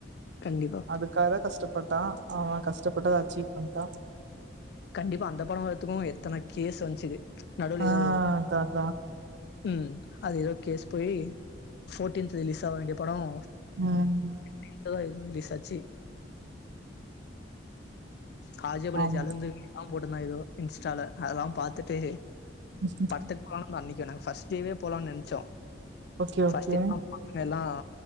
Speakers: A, on the left; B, on the right.
A: கண்டிப்பா.
B: அதுக்காக கஷ்டப்பட்டா அவே கஷ்டப்பட்டு அத அச்சீவ் பண்ணிட்டா
A: கண்டிப்பா அந்த படம் வரத்துக்கூ எத்தன கேஸ் வந்துச்சு நடுவுல
B: ஆ
A: ஏதோ
B: அதா அதா
A: உம் அது ஏதோ கேஸ் போய் ஃபோர்டீன்த் ரிலீஸ் ஆக வேண்டிய படம்
B: உம்
A: நேத்து தா இதுவும் ரிலீஸ் ஆச்சி காஜபள்ள
B: ஆமா
A: ஜலந்து எல்லா போட்டிருந்தா ஏதோ இன்ஸ்டால அதெல்லா பாத்துட்டு
B: <unintelligible>
A: அந்த படம் அன்னைக்கு நாங்க ஃபர்ஸ்ட் டேவே போலாம்னு நெனைச்சோ
B: ஓகே
A: ஃபர்ஸ்ட்
B: ஓகே
A: டே பசங்க எல்லா